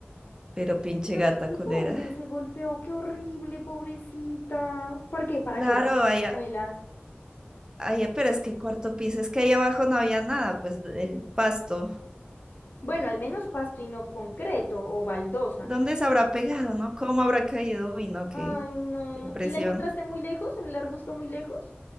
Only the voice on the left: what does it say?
Pero,
¿y
dónde se golpeó? Qué horrible, pobrecita. ¿Por qué? Para
quebrar las
muelas.
Bueno, al menos pasto y no concreto o baldosa.
Ay, no.
¿Y la encontraste muy lejos? ¿En el arbusto muy lejos?